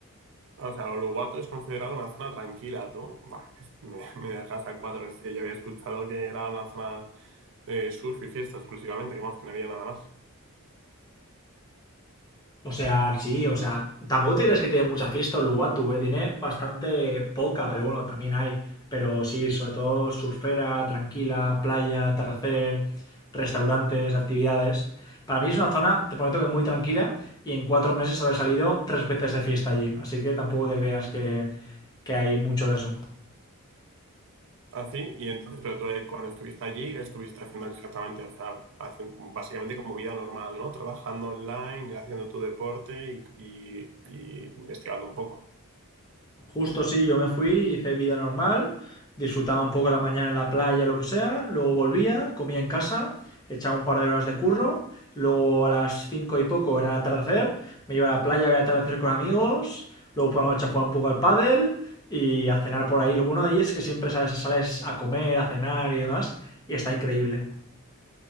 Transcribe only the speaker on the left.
O sea, sí, o sea, tampoco te crees que tiene mucha fiesta Uluwatu, ¿eh? tiene bastante poca, pero bueno, también hay. Pero sí, sobre todo surfera, tranquila, playa, atardecer, restaurantes, actividades. Para mí es una zona, te prometo que muy tranquila y en cuatro meses habré salido tres veces de fiesta allí. Así que tampoco te creas que, que hay mucho de eso.
Justo sí, yo me fui, hice vida normal, disfrutaba un poco la mañana en la playa, lo que sea, luego volvía, comía en casa, echaba un par de horas de curro, luego a las cinco y poco era atardecer, me iba a la playa, a atardecer con amigos, luego por la noche a un poco al pádel y a cenar por ahí. Lo bueno de ahí es que siempre sales, sales a comer, a cenar y demás, y está increíble.